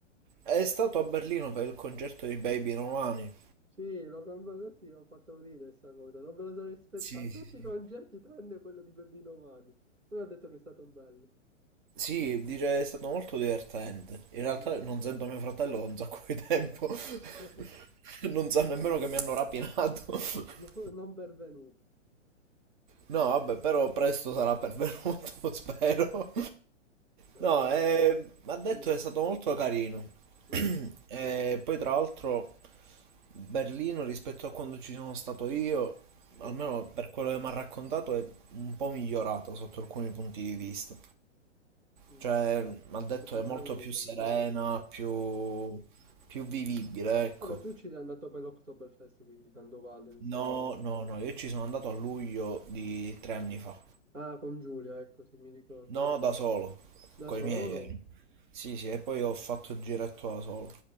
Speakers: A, on the right; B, on the right.
A: È stato a Berlino per il concerto di Baby Romani.
B: Sì, l'ho cambiato, tutti ho fatto ridere questa cosa, non me la sono aspettata.
A: Sì,
B: Tutti
A: sì, sì.
B: i concerti tranne quello di Bebino Mani. Lui ha detto che è stato bello.
A: Sì, dice è stato molto divertente. In realtà
B: Mm.
A: non sento mio fratello da un sacco di tempo. <laughs>
B: <laughs>
A: Non sa nemmeno
B: Dici,
A: che mi hanno rapinato. <laughs>
B: no, non benvenuto.
A: No, vabbè, però presto sarà pervenuto, <laughs> spero.
B: Siamo
A: No,
B: qui.
A: eh, ha detto
B: Dimmi,
A: che è stato molto carino.
B: Mm,
A: <clears throat> E poi tra l'altro Berlino rispetto a quando ci sono stato io,
B: dimmi.
A: almeno per quello che mi ha raccontato, è un po' migliorata sotto alcuni punti di vista.
B: Mm,
A: Cioè, mi ha detto
B: è più
A: che
B: tranquilla,
A: è molto più serena,
B: diciamo.
A: più,
B: Eh.
A: più vivibile, ecco.
B: Vabbè, tu ci sei andato per l'Oktoberfest, quindi tanto vale, nel senso.
A: No, no, no, io ci sono andato a luglio di tre anni fa.
B: Ah, con Giulia, ecco, sì, mi ricordo.
A: No, da solo,
B: Da
A: con
B: solo?
A: i miei ero. Sì, sì, e poi ho fatto il giretto da solo.